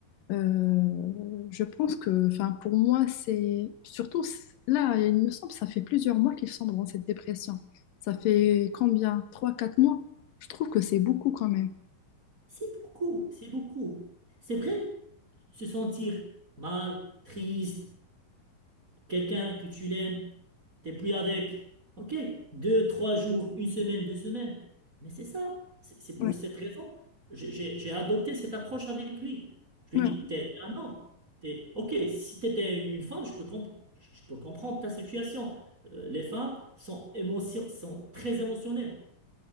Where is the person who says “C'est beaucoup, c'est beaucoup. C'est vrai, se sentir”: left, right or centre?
Right